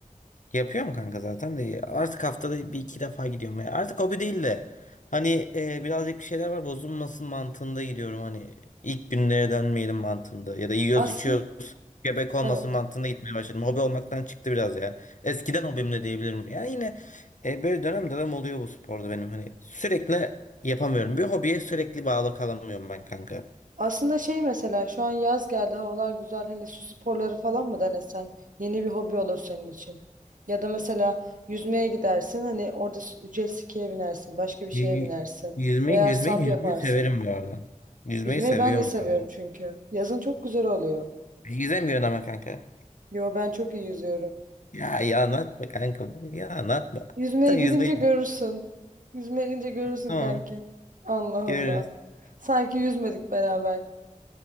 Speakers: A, on the left; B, on the right.
A: Yapıyor mu kanka zaten de artık haftada bir iki defa gidiyorum ya. Artık hobi değil de hani e, birazcık bir şeyler var bozulmasın mantığında gidiyorum hani ilk günlere dönmeyelim mantığında ya da yiyoruz
B: Aslında
A: içiyoruz göbek olmasın
B: evet.
A: mantığında gitmeye başladım. Hobi olmaktan çıktı biraz ya. Eskiden hobim de diyebilirim. Yani yine e, böyle dönem dönem oluyor bu sporda benim hani sürekli yapamıyorum. Bir hobiye sürekli bağlı kalamıyorum ben kanka.
B: Aslında şey mesela şu an yaz geldi havalar güzel hani su sporları falan mı denesen yeni bir hobi olur senin için. Ya da mesela yüzmeye gidersin hani orada su- jet ski'ye binersin başka bir şeye
A: Y-
B: binersin
A: Yüzmeyi,
B: veya
A: yüzmeyi,
B: sap
A: yüzmeyi
B: yaparsın.
A: severim bu arada. Yüzmeyi
B: Yüzmeyi
A: seviyorum
B: ben de seviyorum
A: bu arada.
B: çünkü. Yazın çok güzel oluyor.
A: Yüzemiyorum ama kanka.
B: Yo ben çok iyi yüzüyorum.
A: Ya ya anlatma kanka. Ya anlatma.
B: Yüzmeye
A: Sen
B: gidince
A: yüzmeyi
B: görürsün.
A: bil.
B: Yüzmeye gidince görürsün
A: tamam.
B: kanki. Allah
A: Görürüz.
B: Allah. Sanki yüzmedik beraber.